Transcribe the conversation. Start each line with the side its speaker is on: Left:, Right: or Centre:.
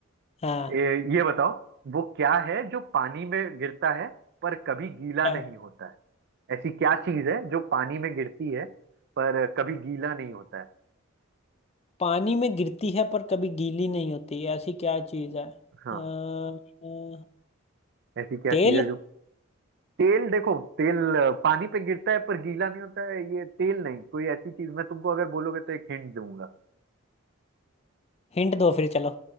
Left: हाँ
Right: ए, ये बताओ वो क्या है जो पानी में गिरता है पर कभी गीला
Left: हाँ।
Right: नहीं होता है ऐसी क्या चीज है जो पानी में गिरती है पर कभी गीला नहीं होता है
Left: पानी में गिरती है पर कभी गीली नहीं होती ऐसी क्या चीज है
Right: हाँ
Left: अ, अ,
Right: ऐसी क्या
Left: तेल
Right: चीज है जो तेल देखो तेल अ, पानी पे गिरता है पर गीला नहीं होता है ये तेल नहीं कोई ऐसी चीज मैं तुमको अगर बोलोगे तो एक हिंट दूंगा
Left: हिंट दो फिर चलो